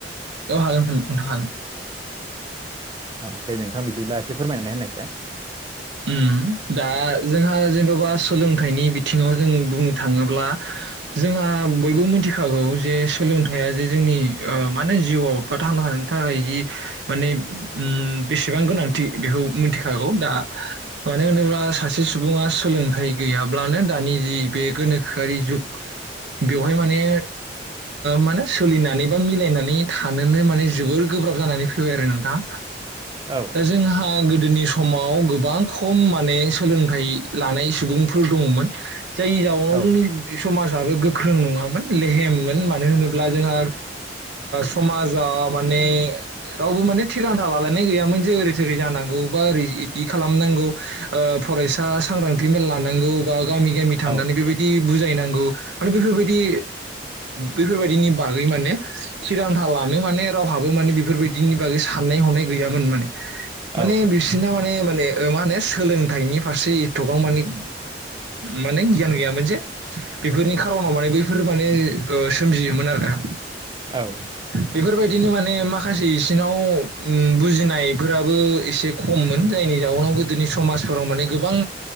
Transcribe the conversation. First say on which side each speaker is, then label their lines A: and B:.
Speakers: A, on the right (about 75°); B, on the right (about 25°).
A: औ हागोन हागोन
B: औ दे नोंथां बिदिब्ला एसे फोरमायनानै होनायसाय
A: उम दा जोंहा जेन'बा सोलोंथाइनि बिथिङाव जों बुंनो थाङोब्ला जोंहा बयबो मिथिखागौ जे सोलोंथाइया जे जोंनि मानो होनो जिउआव बा थांना थानायनि थाखाय जि माने बेसेबां गोनांथि बेखौ मिथिखागौ दा
B: <inaudible>
A: मानो होनोब्ला सासे सुबुङा सोलोंथाइ गैयाब्लानो दानि जि बे गोनोखोआरि जुग बेवहाय माने मानो सोलिनानै बा मिलायनानै थानोनो माने जोबोर गोब्राब जानानै फैबाय आरो नोंथाङा
B: औ
A: दा जोंहा गोदोनि समाव गोबां खम माने सोलोंथाइ लानाय सुबुंफोर दङमोन जायनि जाउनाव
B: औ
A: जोंनि समाजाबो गोख्रों नङामोन लेहेममोन मानो होनोब्ला जोंहा। समाजाव माने रावबो माने थिरांथा लालायनाय गैयामोन जे ओरै थोरै जानांगौ बा ओरै इदि खालामनांगौ फरायसा सांग्रांथि मेल लानांगौ बा गामि गामि थांनानै
B: औ
A: बेबायदि बुजायनांगौ माने बेफोरबायदि बेफोरबायदिनि बागै माने थिरांथा ला माने रावहाबो माने बेफोरबायदिनि बागै साननाय हनाय गैयामोन माने
B: औ
A: माने बिसिना माने माने मा होनो सोलोंथाइनि फारसे एथबां माने माने गियान गैयामोन जे बेफोरनि खार'नाव माने बैफोर माने सोमजियोमोन आरो ना।
B: औ
A: बेफोरबायदिनो माने माखासे इसिनाव बुजिनायफोराबो एसे खममोन जायनि जाउनाव गोदोनि समाजफोराव माने गोबां